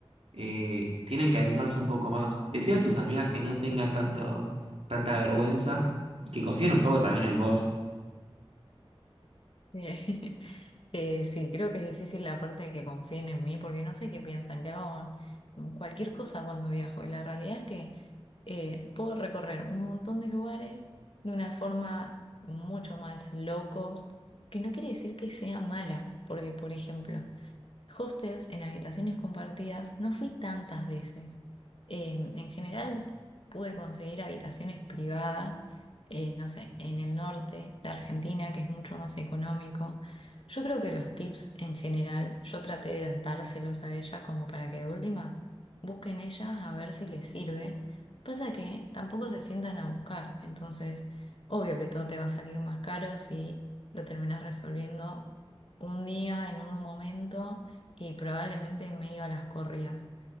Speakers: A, on the right (about 85°); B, on the left (about 60°).
A: eh, tienen que animarse un poco más. Decir a tus amigas que no tengan tanto, tanta vergüenza y que confíen un poco también en vos.
B: Eh, <laughs> eh, sí, creo que es difícil la parte de que confíen en mí, porque no sé qué piensan, que hago cualquier cosa cuando viajo. Y la realidad es que eh, puedo recorrer un montón de lugares de una forma mucho más low cost, que no quiere decir que sea mala, porque por ejemplo, hostels en habitaciones compartidas no fui tantas veces. Eh, en general pude conseguir habitaciones privadas, eh, no sé, en el norte de Argentina, que es mucho más económico. Yo creo que los tips en general, yo traté de dárselos a ella como para que de última busquen ellas a ver si les sirve. Pasa que tampoco se sientan a buscar, entonces obvio que todo te va a salir más caro si lo terminas resolviendo un día, en un momento, y probablemente en medio a las corridas.